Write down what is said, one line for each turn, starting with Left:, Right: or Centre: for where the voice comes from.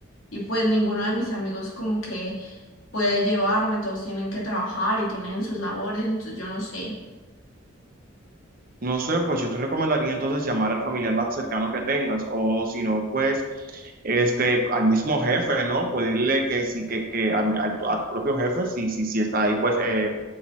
Left: y pues ninguno de mis amigos como que puede llevarme, todos tienen que trabajar y tienen sus labores, entonces yo no sé.
Right: No sé, pues yo te recomendaría entonces llamar al familiar más cercano que tengas, o si no, pues este, al mismo jefe, ¿no? Pedirle que sí, que, que a, a tu, a tu propio jefe, si, si, si está ahí, pues eh,